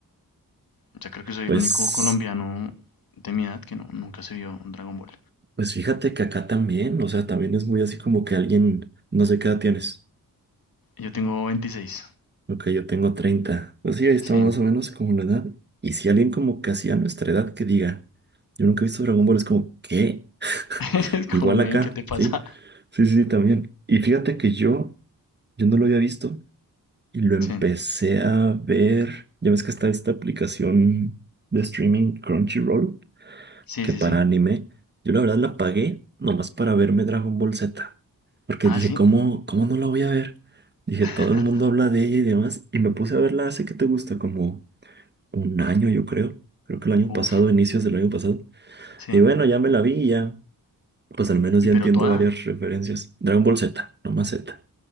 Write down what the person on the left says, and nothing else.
O sea, creo que soy
el único colombiano de mi edad que no, nunca se vio Dragon Ball.
Yo tengo 26.
Sí.
<laughs> Es como,
men,
¿qué te pasa?
Sí,
sí,
sí.
sí.
Ah,
sí.
<laughs>
Uf,
sí.
Uy,
pero
toda.